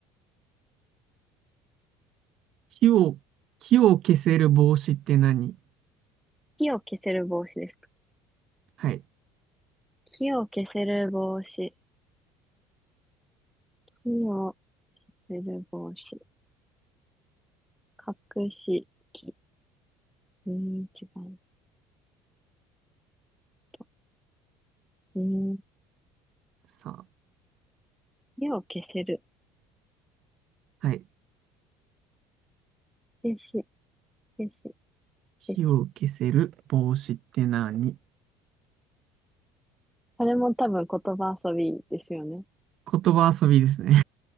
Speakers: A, on the right (about 40°); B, in the centre.
A: 火を、火を消せる帽子って何
B: 火を消せる帽子ですか。
A: はい。
B: 火を消せる帽子。火を消せる帽子。隠し木。うーん、違うと。うーん、
A: さ
B: 火を消せる。
A: あ、はい。
B: 消し、消し、
A: 火を消せる帽子って何
B: 消し。これも多分言葉遊びですよね。
A: 言葉遊びですね。